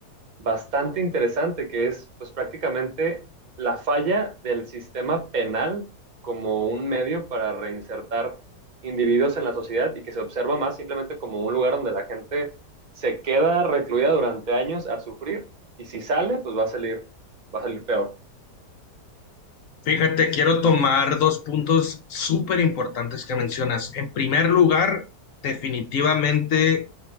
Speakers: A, on the right (about 35°); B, on the left (about 65°).
A: bastante interesante, que es pues prácticamente la falla del sistema penal como un medio para reinsertar individuos en la sociedad y que se observa más simplemente como un lugar donde la gente se queda recluida durante años a sufrir y si sale, pues va a salir, va a salir peor.
B: Fíjate, quiero tomar dos puntos súper importantes que mencionas. En primer lugar, definitivamente